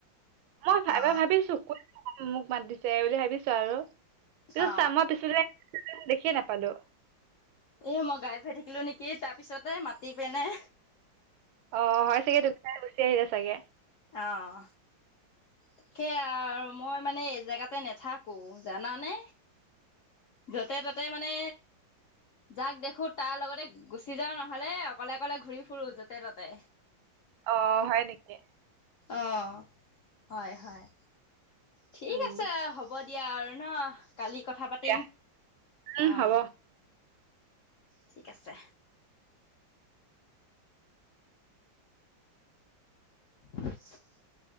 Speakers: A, on the right; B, on the left.
A: মই এবাৰ
B: অ
A: ভাবিছো ক মোক মা দিছে এই বুলি ভাবিছো আৰু পিছত
B: অ
A: চাম মই পিছ দেখিয়ে নাপালো।
B: এ মই গাই ফুৰাাই থাকিলো নেকি তাৰ পিছতে মাতি পিনে
A: অ', হয় চাগে তুমি তাই গুচি আহিলা চাগে।
B: আহ। তাকে আৰু মই মানে এই জেগাতে নাথাকো জানানে যতে ততে মানে যাক দেখো তাৰ লগতে গুচি যাও নহলে অকলে অকলে ঘূৰি ফুৰো যতে ততে
A: অ' হয় নেকি
B: অঁ হয় হয় ঠিক
A: উম
B: আছে হ'ব দে দিয়া আৰু ন কালি কথা পাতিম
A: দিয়া উম
B: অ
A: হ'ব
B: ঠিক আছে <inaudible>